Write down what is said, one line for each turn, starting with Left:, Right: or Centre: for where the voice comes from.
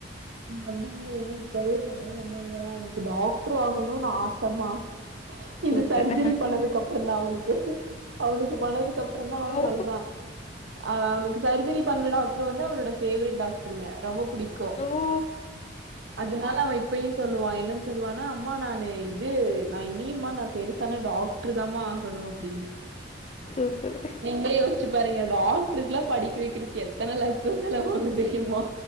Right: அப்டிங்கிறேன்ன இப்பவே பையே என்னங்கன்னா எனக்கு டாக்டர் ஆகணும் நான் ஆசம்மா இந்த
Left: சூப்பர்
Right: சர்ஜரி பண்ணதுக்கு அப்பறம் தான் அவனுக்கு அவனுக்கு பண்ணதுக்கு அப்பறம் தான் அவன்
Left: ஓ
Right: சொல்றா அவன் அவனுக்கு சர்ஜரி பண்ணற டாக்டர் வந்து அவனோட பேவேரைட் டாக்டருங்க ரொம்ப புடிக்கு அ
Left: ஓ
Right: அதனால அவன் இப்பயும் சொல்லுவான் என்னன்னு சொல்லுவானா அம்மா நான் இது நான் இனியம்மா நான் பெருசானா டாக் டருதாம்மா ஆகணும் அப்டின்னு
Left: சூப்பரு
Right: நீங்களே யோசிச்சு பாருங்க டாக்டருக்கு எல்லாம் படிக்க வைக்கிறக்கு எத்தனை லட்சம் செலவாகு தெரியுமா